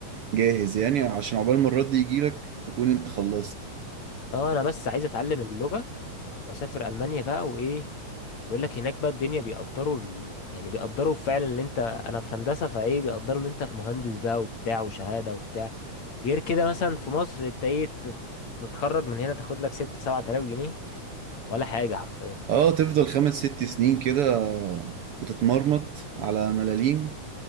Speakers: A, on the right (about 60°); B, on the left (about 60°).
A: جاهز يعني عشان عقبال ما الرد يجيلك تكون انت خلصت
B: اه انا بس عايز اتعلم اللغه واسافر المانيا بقى وايه بيقول لك هناك بقى الدنيا بيقدروا ال... يعني بيقدروا فعلا اللي انت انا في هندسه فايه بيقدروا اللي انت في مهندس بقى وبتاع وشهاده وبتاع غير كده مثلا في مصر انت ايه تت- تتخرج من هنا تاخد لك 6 7000 جنيه ولا حاجه حرفيا
A: اه تفضل خمس ست سنين كده بتتمرمط على ملاليم